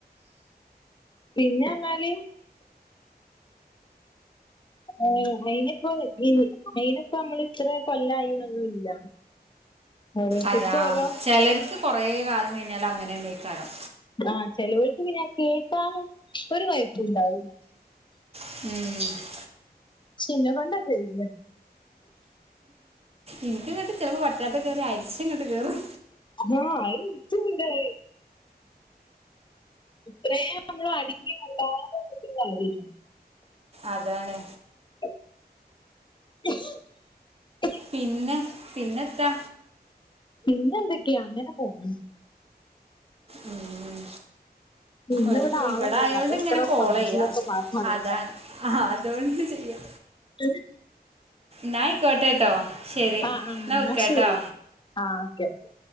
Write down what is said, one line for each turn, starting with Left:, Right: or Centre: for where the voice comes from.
Left: പിന്നെറ്ഞ്ഞാല് ഏ അയിനിപ്പോ ഈ അയിന്പ്പോ മ്മൾ ഇത്ര കൊല്ലായിന്നൊന്നുല്ല ഓരോരുത്തർക്കും
Right: അതാ
Left: ഓരോ
Right: ചെലർക്ക് കൊറെേ കാലം കഴിഞ്ഞാലങ്ങനെന്നേക്കാരം
Left: ആഹ് ചെലോൽക്ക് പിന്നെ കേട്ടാലും ഒരു കൊയ്പുണ്ടാവൂല
Right: മ്
Left: ചിന്നെ കൊണ്ടാ ചെയ്യിക്കല്
Right: എനിക്ക് ഇങ്ങിട്ട് ചെലപ്പോ പറ്റാത്ത കേറി അരിച്ച് ഇങ്ങോട്ട് കേറും
Left: ആഹ് അതിൻക്കുണ്ടത് ഇത്രേ നമ്മള് അടങ്ങി മിണ്ടാതെ നിന്നിട്ട് കാര്യല്ല
Right: അതാണ്
Left: <inaudible>
Right: പിന്നെ പിന്നെത്താ
Left: പിന്നെ എന്തൊക്കെയാ അങ്ങനെ പോണ്
Right: ഉം
Left: ഇന്ന്
Right: ഒരു
Left: ആളൊന്നുല്ല
Right: ഇവിടെ ആയൊണ്ട്
Left: അതെത്ര
Right: ഇങ്ങനെ കോൾ
Left: സൗണ്ടിലൊക്കെ
Right: ചെയ്യാ
Left: പാട്ടാ അറിയോ
Right: അതാണ് ആഹ് അതുകൊണ്ട് ചെയ്യാ
Left: <unintelligible>
Right: ന്നായിക്കോട്ടെട്ടോ ശരി
Left: ആഹ്
Right: എന്നാ
Left: ആഹ്
Right: വെക്കാട്ടോ
Left: ശരി ആഹ് ഓക്കെ ഓക്കെ